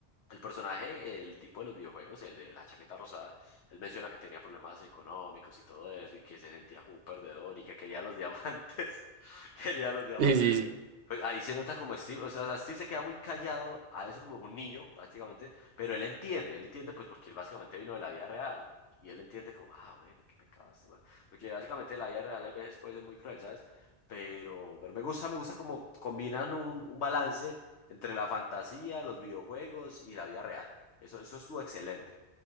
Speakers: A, on the left; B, on the right.
A: El personaje, el tipo de los videojuegos, el de la chaqueta rosada, él menciona que tenía problemas económicos y todo eso y que se sentía como un perdedor y que quería los diamantes. <laughs> Quería los diamantes.
B: Sí, sí, sí,
A: Pues ahí se nota como Steve, o sea, o sea, Steve se queda muy callado a eso como un niño prácticamente, pero él entiende, él entiende pues porque él básicamente vino de la vida real. Y él entiende como, ah, bueno, qué pecado este man. Porque básicamente la vida real hay veces puede ser muy cruel, ¿sabes? Pero, pero me gusta, me gusta como combinan un, un balance entre la fantasía, los videojuegos y la vida real. Eso, eso estuvo excelente.